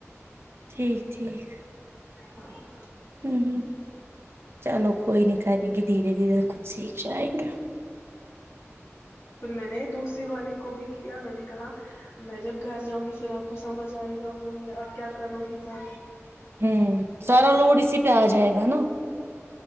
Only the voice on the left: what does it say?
ہوں
پھر میں نے دوسری والی کو بھی کیا میں نے کہا میں جب گھر جاؤں گی پھر آپ کو سمجھ آئے گا وہ یہ آپ کیا کرو گی ت